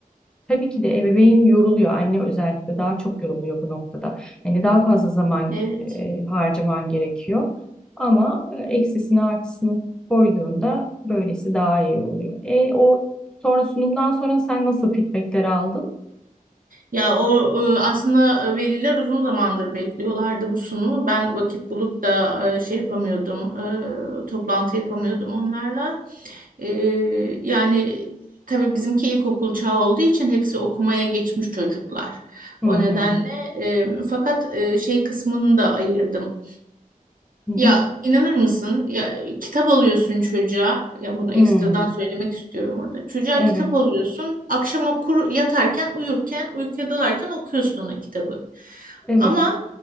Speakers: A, in the centre; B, on the right.
A: tabii ki de ebeveyn yoruluyor. Anne özellikle daha çok yoruluyor bu noktada. Hani daha fazla zaman
B: Evet.
A: e, harcaman gerekiyor. Ama e, eksisini artısını koyduğunda böylesi daha iyi oluyor. E, o sonra sunumdan sonra sen nasıl feedbackler aldın?
B: Ya o e, aslında e, veliler uzun zamandır bekliyorlardı bu sunumu. Ben vakit bulup da e, şey yapamıyordum, e, toplantı yapamıyordum onlarla. E, Yani tabii bizimki ilkokul çağı olduğu için hepsi okumaya geçmiş çocuklar.
A: Hı
B: O
A: hı.
B: nedenle e, fakat e, şey kısmını da ayırdım.
A: Hı hı.
B: Ya inanır mısın? Ya kitap alıyorsun çocuğa. Ya bunu
A: Hı.
B: ekstradan söylemek istiyorum orada. Çocuğa
A: Evet.
B: kitap alıyorsun. Akşam okur yatarken, uyurken, uykuya dalarken okuyorsun ona kitabı.
A: Evet.
B: Ama